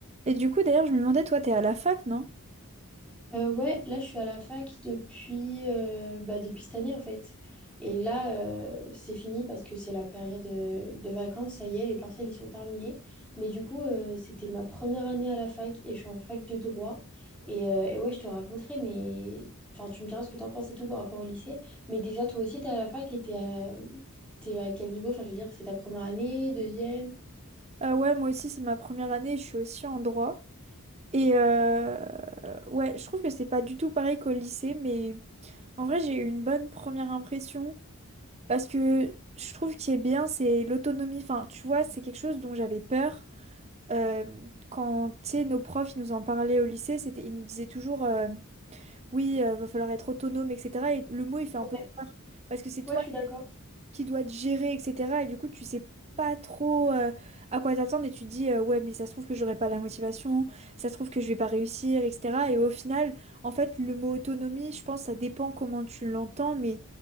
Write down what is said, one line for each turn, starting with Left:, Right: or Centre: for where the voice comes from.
Right: Et du coup, d'ailleurs, je me demandais, toi, t'es à la fac, non?
Centre: Euh, ouais, là je suis à la fac depuis, euh, bah, depuis cette année en fait. Et là euh, c'est fini parce que c'est la période euh, de vacances, ça y est, les partiels ils sont terminés. Mais du coup euh, c'était ma première année à la fac et je suis en fac de droit. Et, euh, et ouais, je te raconterai, mais enfin tu me diras ce que t'en penses et tout par rapport au lycée. Mais déjà toi aussi t'es à la fac et t'es à... t'es à quel niveau? Enfin je veux dire, c'est ta première année, deuxième?
Right: Ah ouais, moi aussi, c'est ma première année, je suis aussi en droit. Et euh, ouais, je trouve que c'est pas du tout pareil qu'au lycée, mais en vrai, j'ai eu une bonne première impression parce que je trouve qu'il est bien, c'est l'autonomie. Enfin, tu vois, c'est quelque chose dont j'avais peur. Euh, quand, tu sais, nos profs, ils nous en parlaient au lycée, c'était, ils nous disaient toujours, euh, oui, euh, va falloir être autonome, etc. Et le mot, il fait un
Centre: Ouais,
Right: peu peur parce que c'est toi.
Centre: ouais, je suis d'accord.
Right: qui doit te gérer, etc. Et du coup, tu sais pas trop euh, à quoi t'attendre et tu te dis, euh, ouais, mais ça se trouve que j'aurai pas la motivation, ça se trouve que je vais pas réussir, etc. Et au final, en fait, le mot autonomie, je pense, ça dépend comment tu l'entends, mais